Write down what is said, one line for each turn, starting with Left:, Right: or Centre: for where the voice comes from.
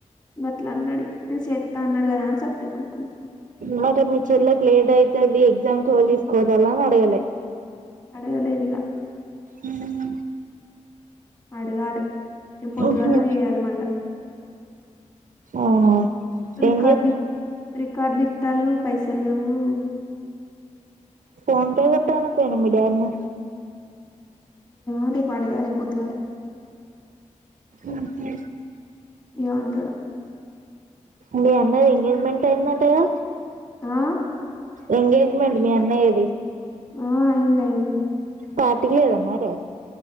Left: గట్లా అన్నాడు, ఇగ సేత్త అన్నాడు గదా అని సప్పుడెకా ఉకున్నా.
Right: మరి మీ చెల్లెకి లేేట్ అయితది, ఎగ్జామ్కి ఎవాలుదిస్కపోతారు అని అడగలే.
Left: అడగలేదిగా.
Right: ఉహుమ్.
Left: అడగాలే, ఇగ పొద్దుగాల
Right: ఉహు
Left: చేయాలే మళ్ళా.
Right: అవునా.
Left: రికార్డులు
Right: ఏం చే
Left: లిత్, రికార్డులు లీత్తాలు పైసాల్ లేవ్వు.
Right: ఫోన్ పే కొట్టు ఆనకపోయినవ్ మీ డాడ్నీ.
Left: ఆ రేప్ అడగాలే పొద్దుగాలా.
Right: ఉహు.
Left: ఏం అంటాడో.
Right: మీ అన్నయ్య ఎంగేజ్మెంట్, అయిందంటగా.
Left: ఆ
Right: ఎంగలేజ్మెంట్ మీ అన్నయ్యా ది.
Left: ఆ అయింది, అయింది.
Right: పార్టికి లేదా మరి.